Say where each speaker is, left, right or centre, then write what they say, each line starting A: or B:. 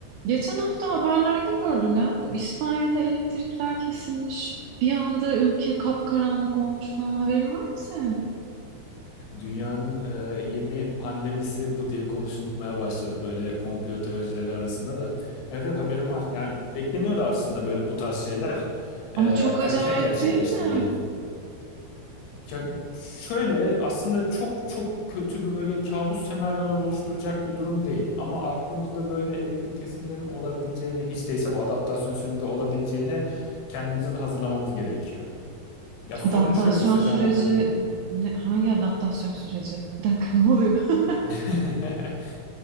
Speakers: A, on the right; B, on the left.
A: Geçen hafta haberlerde gördüm ya bu İspanya'da elektrikler kesilmiş. Bir anda ülke kapkaranlık olmuş falan haberin var mı senin?
B: Dünyanın e, yeni pandemisi bu diye konuşulmaya başladı böyle komplo teorileri arasında da. Evet evet haberim var. Yani bekleniyordu aslında böyle bu tarz şeyler. E,
A: Ama çok acayip
B: erken gerçekleşti
A: değil mi?
B: diyelim. Ya şöyle aslında çok çok kötü böyle kabus senaryolar oluşturacak bir durum değil. Ama aklımızda böyle elektrik kesintilerinin olabileceğine hiç değilse bu adaptasyon sürecinde olabileceğine kendimizi hazırlamamız gerekiyor. Ya sorunu
A: Adaptasyon
B: şöyle kısaca
A: süreci
B: anlatabilirim.
A: ne, hangi adaptasyon süreci? Bir dakika ne oluyor? <laughs>
B: <laughs>